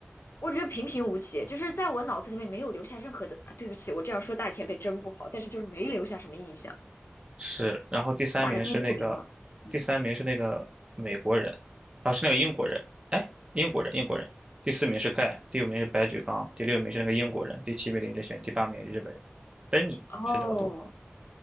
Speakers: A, on the left; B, on the right.
A: 我觉得平平无奇，就是在我脑子里面没有留下任何的啊。对不起，我这样说大前辈真不好，但是就是没留下什么印象，
B: 是，然后第三名是那个，
A: 打个第六名吧。嗯，
B: 第三名是那个美国人，啊，是那个英国人，哎，英国人，英国人。第四名是盖，第五名是白举纲，第六名是那个英国人，第七名林志炫，第八名日本人。本尼是这么读吗？
A: 哦，